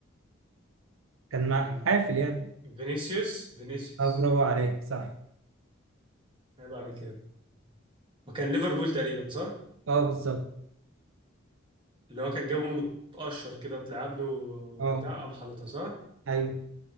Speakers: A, on the right; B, on the right.
A: كان مع
B: مم.
A: حافل يعني
B: فينيسيوس فينيسيوس
A: اه برافو عليك صح
B: عيب عليك يا ابني. وكان ليفربول تقريبا صح
A: اه بالظبط
B: اللي هو كان جابه متقشر كده اتلعب له
A: اه
B: بتاع قام حاططها صح
A: ايوه